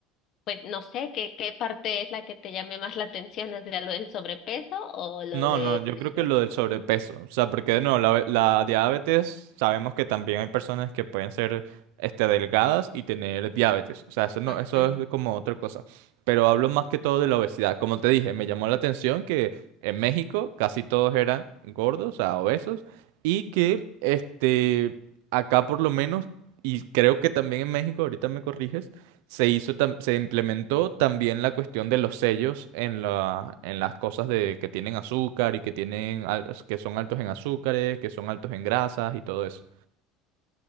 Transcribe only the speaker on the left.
pues no sé qué, qué parte es la que te llame más la atención, o sea, lo del sobrepeso o lo
de
la
diabetes.
Ujú.